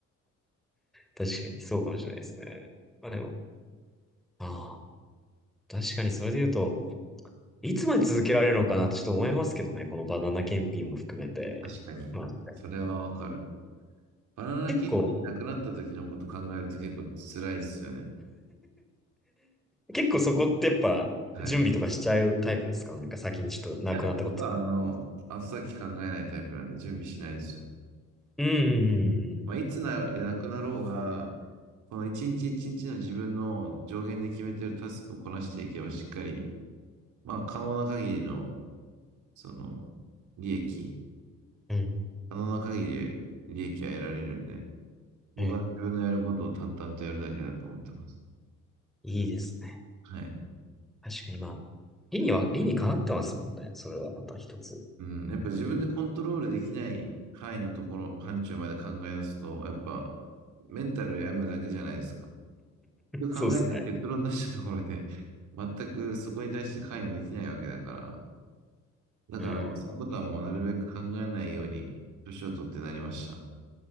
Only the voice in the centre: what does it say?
確かにそうかもしれないですね。まあでも、ああ、確かにそれで言うと、いつまで続けられるのかなってちょっと思いますけどね、このバナナ検品も含めて。
まあ
結構、結構そこってやっぱ準備とかしちゃうタイプですかなんか先にちょっと亡くなったこと。
うんうん
うんうん。うん
ええ、いいですね。
確かにまあ、理には、理にかなってますもんね。それはまた一つ。
そうですね。
うん。ま